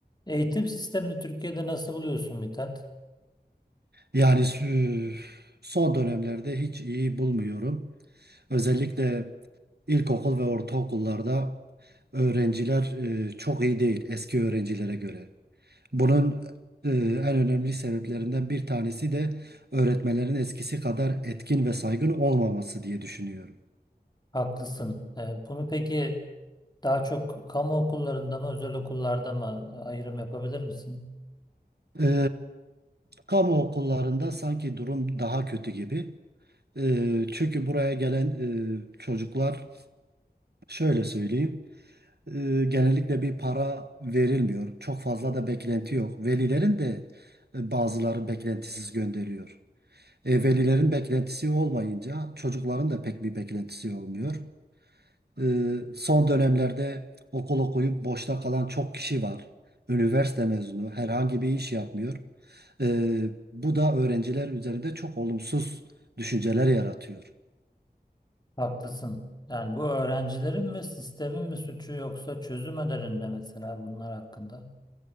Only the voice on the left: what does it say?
Eğitim sistemini Türkiye'de nasıl buluyorsun Mithat?
Haklısın. Ee, bunu peki daha çok kamu okullarında mı, özel okullarda mı e, ayrım yapabilir misin?
Haklısın. Yani bu öğrencilerin mi, sistemin mi suçu yoksa çözüm önerinde mesela bunlar hakkında?